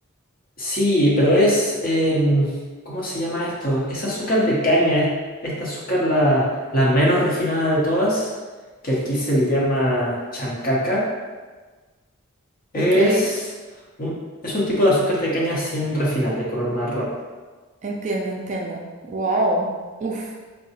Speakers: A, on the left (about 40°); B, on the right (about 35°).
A: Sí, pero es, em, ¿cómo se llama esto? Es azúcar de caña, es- esta azúcar la, la menos refinada de todas, que aquí se le llama chancaca. Es
B: ok.
A: un, es un tipo de azúcar de caña sin refinar, de color marrón.
B: Entiendo, entiendo. Wow. Uf.